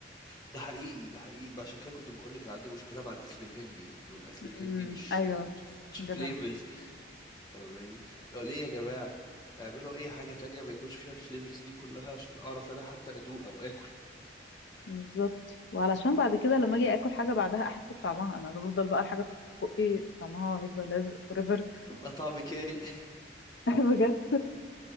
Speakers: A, on the left; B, on the left.
A: ده حقيقي ده حقيقي بقى عشان كده كنت بقول لك انا عندي مشكله مع الاكل الهندي انه الاكل الهندي
B: امم
A: مش
B: ايوه
A: يعني too much
B: جدع
A: flavors فاهماني لو ليه يا جماعه اعملوا اي حاجه تانية ما يكونش فيها الفليفرز دي كلها عشان اعرف انا حتى ادوق او اكل
B: بالظبط وعلشان بعد كده لما اجي اكل حاجه بعدها احس بطعمها انا بفضل بقى الحاجه في بقي طعمها يفضل لازق فوريفر
A: <laughs> يبقى طعم كاري
B: <laughs> بجد